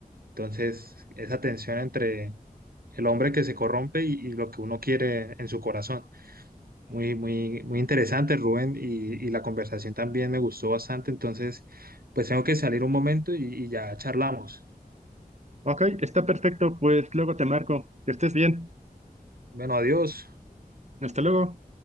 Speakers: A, on the right; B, on the right.
A: Entonces, esa tensión entre el hombre que se corrompe y, y lo que uno quiere en su corazón. Muy, muy, muy interesante, Rubén, y, y la conversación también me gustó bastante. Entonces, pues tengo que salir un momento y, y ya charlamos.
B: Ok, está perfecto, pues luego te marco. Que estés bien.
A: Bueno, adiós.
B: Hasta luego.